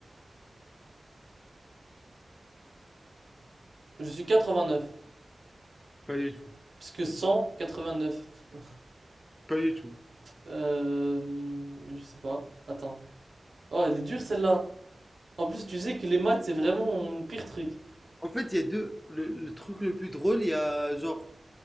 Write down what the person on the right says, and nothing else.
Je suis 89.
Parce que 189... <laughs>
Euh... Je sais pas. Attends. Oh, elle est dure celle-là. En plus, tu sais que les maths, c'est vraiment mon pire truc.